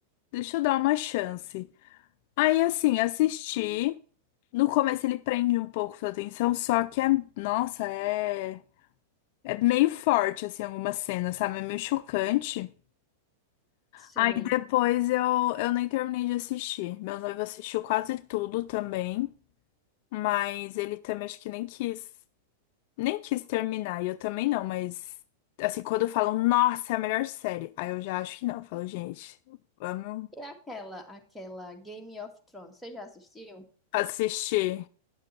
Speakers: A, on the left; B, in the centre.
A: deixa eu dar uma chance. Aí, assim, assisti. No começo ele prende um pouco sua atenção, só que é, nossa, é, é meio forte, assim, algumas cenas, sabe? É meio chocante.
B: sim
A: Aí depois eu, eu nem terminei de assistir. Meu noivo assistiu quase tudo também, mas ele também acho que nem quis, nem quis terminar, e eu também não, mas assim, quando falam, nossa, é a melhor série, aí eu já acho que não, eu falo, gente, vamos
B: E aquela, aquela Game of Thrones, você já assistiu?
A: assistir.